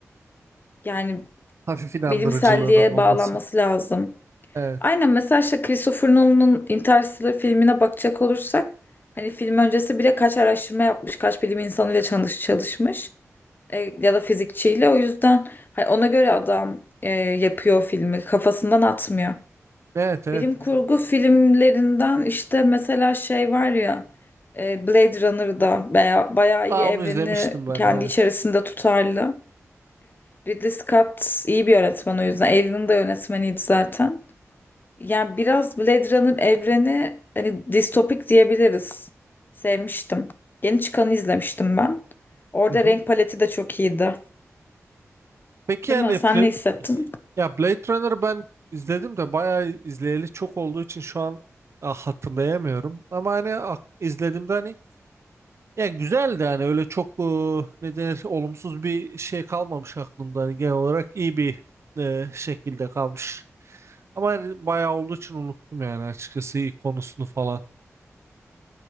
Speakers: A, on the left (about 40°); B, on the right (about 55°).
A: yani
B: Hafif inandırıcılığının
A: bilimselliğe
B: olması.
A: bağlanması lazım.
B: Evet.
A: Aynen mesela işte Christopher Nolan'ın Interstellar filmine bakacak olursak hani film öncesi bile kaç araştırma yapmış, kaç bilim insanıyla çalış çalışmış e, ya da fizikçiyle o yüzden hani ona göre adam e, yapıyor filmi kafasından atmıyor.
B: Evet evet.
A: Bilim kurgu filmlerinden işte mesela şey var ya e, Blade Runner'da baya, bayağı
B: Aa
A: iyi evreni
B: onu izlemiştim ben
A: kendi
B: evet.
A: içerisinde tutarlı. Ridley Scott iyi bir yönetmen o yüzden. Alien'ın da yönetmeniydi zaten. Yani biraz Blade Runner evreni hani distopik diyebiliriz. Sevmiştim. Yeni çıkanı izlemiştim ben. Orada
B: Hı hı.
A: renk paleti de çok iyiydi.
B: Peki
A: Değil
B: yani
A: mi? Sen
B: fli-
A: ne hissettin?
B: ya Blade Runner ben izledim de bayağı izleyeli çok olduğu için şu an ah, hatırlayamıyorum. Ama hani ak- izlediğimde hani Ya güzel de hani öyle çok e, ne denir olumsuz bir şey kalmamış aklımda. Hani genel olarak iyi bir e, şekilde kalmış. Ama hani bayağı olduğu için unuttum yani açıkçası iyi konusunu falan.